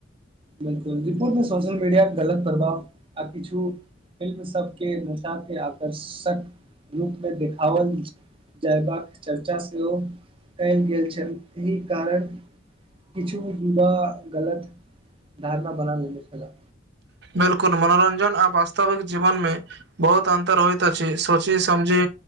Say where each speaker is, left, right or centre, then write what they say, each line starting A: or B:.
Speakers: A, on the right; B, on the right.
A: बिल्कुल रिपोर्ट मे सोशल मीडिया गलत प्रभाव आ किछु फिल्म सबके नशा के आकर्षक रूपमे देखावल जयबाक चर्चा सेहो कयल गेल छल एहि कारण किछु युवा गलत धारना बना लेने छला
B: बिल्कुल मनोरंजन आ वास्तविक जीवनमे बहुत अंतर होइत अछि सोची समझी